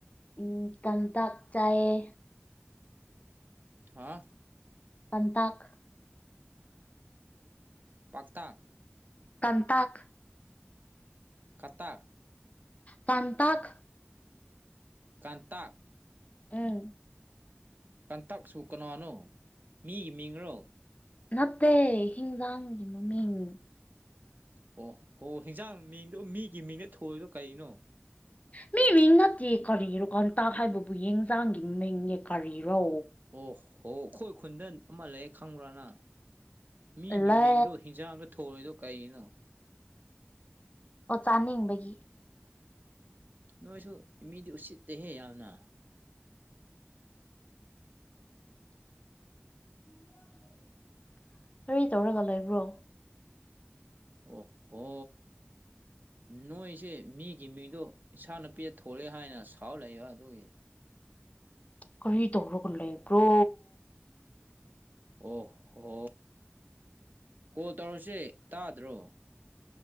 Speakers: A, on the left (about 35°); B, on the right (about 50°).
A: ꯎ ꯇꯇꯥꯛ ꯆꯥꯏꯌꯦ
B: ꯍꯥꯥ
A: ꯄꯟꯇꯥꯈ
B: ꯄꯥꯛꯇꯥ ꯎꯝ
A: ꯀꯇꯥꯥꯛ
B: ꯀꯇꯛ
A: ꯀꯥꯟꯇꯥꯛ
B: ꯀꯇꯛ
A: ꯎꯝ
B: ꯇꯟꯇꯛꯁꯨ ꯀꯅꯥꯅꯣ ꯃꯤꯒꯤ ꯃꯤꯡꯔꯣ
A: ꯅꯠꯇꯦ ꯍꯤꯡꯖꯥꯡꯒꯤ ꯃꯃꯤꯡ
B: ꯑꯣ ꯍꯣ ꯍꯤꯟꯖꯥꯡ ꯃꯤꯡꯗꯣ ꯃꯤꯒꯤ ꯃꯤꯡꯗ ꯊꯣꯏꯗꯣ ꯀꯩꯅꯣ
A: ꯃꯤ ꯃꯤꯡ ꯅꯠꯇꯦ ꯀꯔꯤꯔꯣ ꯀꯇꯥꯛ ꯍꯥꯏꯕꯕꯨ ꯌꯦꯟꯖꯥꯡꯒꯤ ꯃꯤꯡꯅꯦ ꯀꯔꯤꯔꯣ
B: ꯑꯣ ꯍꯣ ꯑꯩꯈꯣꯏ ꯈꯨꯟꯗꯟ ꯑꯃ ꯂꯩꯌꯦ ꯈꯪꯕ꯭ꯔꯥꯅ ꯃꯤꯒꯤ
A: ꯂꯦ
B: ꯃꯤꯡꯗꯣ ꯍꯤꯟꯖꯥꯡꯗ ꯊꯣꯡꯉꯗꯣ ꯀꯔꯤꯒꯤꯅꯣ
A: ꯑꯣ ꯆꯥꯅꯤꯡꯕꯒꯤ
B: ꯅꯣꯏꯁꯨ ꯃꯤꯗꯤ ꯎꯠꯁꯤꯠꯇꯦꯍꯦ ꯌꯥꯝꯅ
A: ꯎ ꯀꯔꯤ ꯇꯧꯔꯒ ꯂꯩꯕ꯭ꯔꯣ
B: ꯑꯣꯍꯣ ꯅꯣꯏꯁꯦ ꯃꯤꯒꯤ ꯃꯤꯗꯣ ꯏꯥ ꯅꯨꯄꯤꯗ ꯊꯣꯛꯣꯂꯦ ꯍꯥꯏꯅ ꯁꯥꯎ ꯂꯩꯛꯏꯕ ꯑꯗꯨꯒꯤ
A: ꯀꯔꯤ ꯇꯧꯔꯒꯅ ꯂꯩꯕ꯭ꯔꯣ
B: ꯑꯣ ꯍꯣ ꯀꯣꯜ ꯇꯧꯔꯁꯦ ꯇꯥꯗ꯭ꯔꯣ